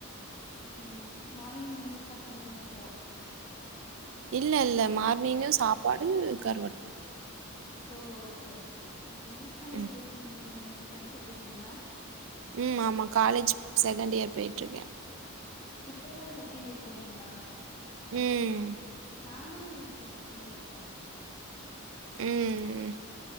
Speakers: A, on the left (about 30°); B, on the right (about 65°).
A: ம் மார்னிங் என்ன சாப்ட்டீங்க தோசயா
B: இல்ல இல்ல மார்னிங்ககோ சாப்பாடு கருவாட்டுக் கொழம்பு
A: ஓ ஓகே ஓகே என்ன பண்ணிட்டுருக்கீங்க
B: ம்
A: நீங்க படிச்சிட்டுருக்கீங்ளா
B: ம் ஆமா காலேஜ் செகண்ட் இயர் போயிட்டு இருக்க
A: இப்பதா செகண்ட் இயர் போறீங்ளா
B: ம்
A: நானு இப்போ செகண்ட் இயர் போற சி
B: ம்